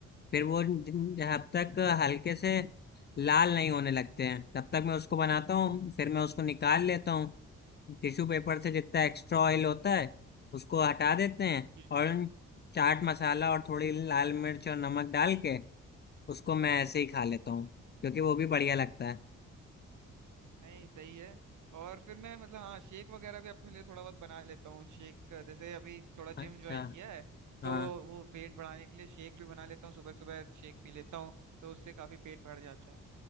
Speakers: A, on the left; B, on the right.
A: फिर वो जिन- जब तक हल्के से लाल नहीं होने लगते हैं तब तक मैं उसको बनाता हूँ फिर मैं उसको निकाल लेता हूँ टिश्यू पेपर से जितना एक्स्ट्रा ऑयल होता है उसको हटा देते हैं
B: जी
A: और चाट मसाला और थोड़ी लाल मिर्च और नमक डाल के उसको मैं ऐसे ही खा लेता हूँ क्योंकि वो भी बढ़िया लगता है
B: नहीं सही है और फिर मैं मतलब हाँ शेक वगैरह भी अपने लिए थोड़ा बहुत बना लेता हूँ शेक जैसे अभी थोड़ा
A: अच्छा
B: जिम ज्वाइन किया है
A: हाँ
B: तो वो वेट बढ़ाने के लिए शेक भी बना लेता हूँ सुबह सुबह शेक पी लेता हूँ तो उससे काफी पेट भर जाता है